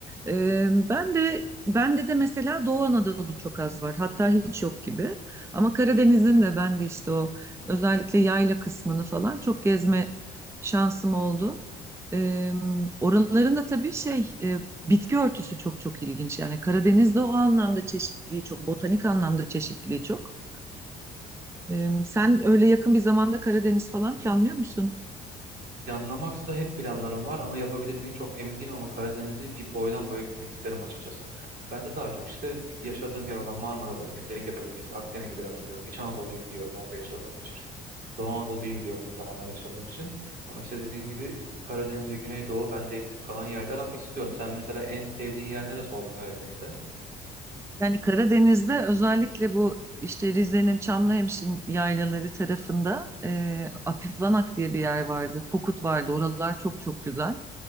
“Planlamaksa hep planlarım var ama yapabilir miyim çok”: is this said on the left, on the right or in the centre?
Right